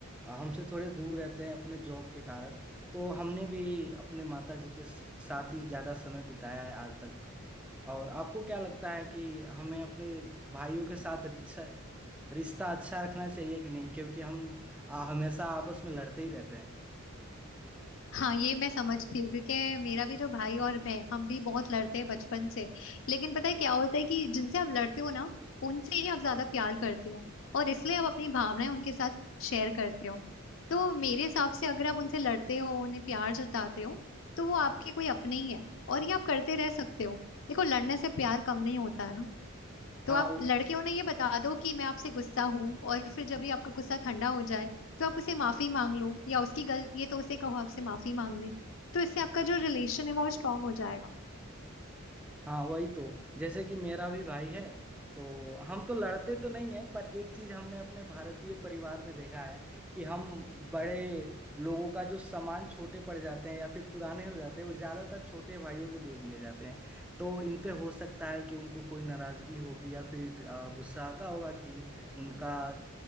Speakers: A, in the centre; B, on the left (about 65°).
A: अ, हमसे थोड़े दूर रहते हैं अपने जॉब के कारण तो हमने भी अपने माता जी के स- साथ ही ज्यादा समय बिताया है आज तक और आपको क्या लगता है कि हमें अपने भाइयों के साथ रिश्ता रिश्ता अच्छा रखना चाहिए कि नहीं क्योंकि हम आ, हमेशा आपस में लड़ते ही रहते हैं
B: हाँ ये मैं समझती हूँ क्योंकि मेरा भी जो भाई और मैं हम भी बहुत लड़ते हैं बचपन से लेकिन पता है क्या होता है कि जिनसे आप लड़ते हो ना उनसे ही आप ज्यादा प्यार करते हो और इसलिए आप अपनी भावनाएं उनके साथ शेयर करते हो तो मेरे हिसाब से अगर आप उनसे लड़ते हो उन्हें प्यार जताते हो तो वो आपके कोई अपने ही है और ये आप करते रह सकते हो देखो लड़ने से प्यार कम नहीं होता है ना तो
A: हाँ
B: आप लड़के उन्हें ये बता दो कि मैं आपसे गुस्सा हूँ और फिर जब भी आपका गुस्सा ठंडा हो जाए तो आप उसे माफी मांग लो या उसकी गलती है तो उसे कहो आपसे माफी मांग ले तो इससे आपका जो रिलेशन है वो स्ट्रांग हो जाएगा
A: हाँ वही तो जैसे कि मेरा भी भाई है तो हम तो लड़ते तो नहीं है पर एक चीज हमने अपने भारतीय परिवार में देखा है कि हम बड़े लोगों का जो सामान छोटे पड़ जाते हैं या फिर पुराने हो जाते हैं वो ज्यादातर छोटे भाइयों को दे दिए जाते हैं तो इन पे हो सकता है कि उनको कोई नाराजगी होगी या फिर अ, गुस्सा आता होगा कि उनका